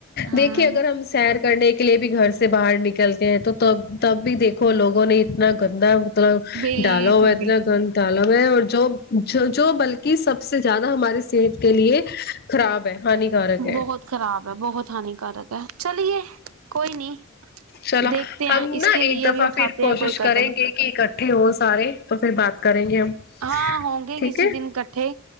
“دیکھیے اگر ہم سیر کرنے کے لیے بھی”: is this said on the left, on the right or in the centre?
Left